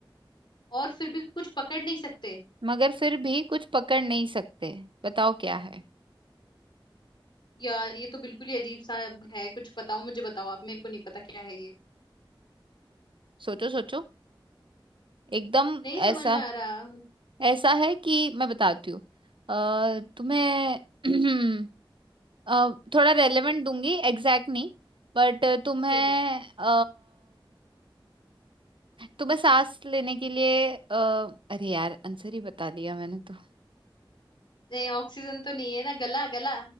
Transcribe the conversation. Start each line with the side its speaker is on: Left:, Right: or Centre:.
Left: और फिर भी कुछ पकड़ नहीं सकते
Right: मगर फिर भी कुछ पकड़ नहीं सकते बताओ क्या है
Left: यार ये तो बिल्कुल ही अजीब सा है कुछ बताओ मुझे बताओ आप मेरे को नहीं पता क्या है ये
Right: सोचो सोचो एकदम
Left: नहीं समझ
Right: ऐसा
Left: में आ रहा
Right: ऐसा है कि मैं बताती हूँ अ, तुम्हें <clears throat> अ, थोड़ा रेलेवेंट दूंगी एग्जैक्ट नहीं बट तुम्हें
Left: ठीक है
Right: अ, तुम्हें सांस लेने के लिए अ, अरे यार आंसर ही बता दिया मैंने तो
Left: नहीं ऑक्सीजन तो नहीं है ना गला गला